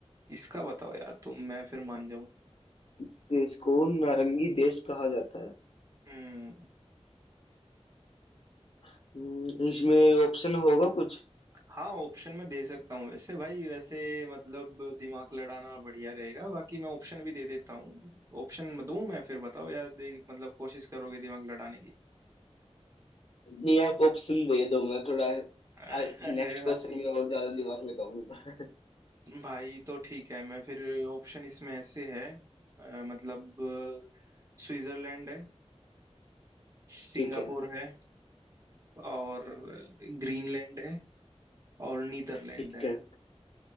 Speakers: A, on the right; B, on the left.
A: इसका बताओ यार तुम मैं फिर मान जाऊं
B: इस देश को नारंगी देश कहा जाता है
A: हम्म
B: हम्म, इसमें ऑप्शन होगा कुछ
A: हाँ ऑप्शन में दे सकता हूँ वैसे भाई वैसे मतलब दिमाग लड़ाना बढ़िया रहेगा बाकी मैं ऑप्शन भी दे देता हूँ ऑप्शन दूं मैं फिर बताओ यार दे, मतलब कोशिश करोगे दिमाग लड़ाने की
B: नहीं आप ऑप्शन दे दो मैं थोड़ा
A: <laughs>
B: नेक्स्ट
A: अरे भाई
B: क्वेश्चन में और ज्यादा दिमाग लगाऊंगा
A: भाई तो ठीक है मैं फिर ऑप्शन इसमें ऐसे है अ, मतलब अ, स्विट्जरलैंड है सिंगापुर
B: ठीक है
A: है और ग्रीनलैंड है और नीदरलैंड
B: ठीक
A: है
B: है